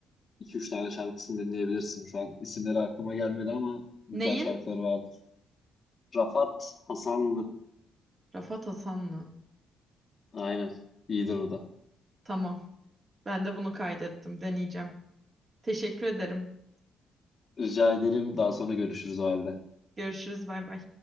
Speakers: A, on the left; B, on the right.
A: iki üç tane şarkısını dinleyebilirsin şu an. İsimleri aklıma gelmedi ama güzel
B: Neyin?
A: şarkıları vardır. Rafat Hasanlı.
B: Rafat Hasanlı.
A: Aynen. İyidir o da.
B: Tamam. Ben de bunu kaydettim. Deneyeceğim. Teşekkür ederim.
A: Rica ederim. Daha sonra görüşürüz o halde.
B: Görüşürüz. Bay bay.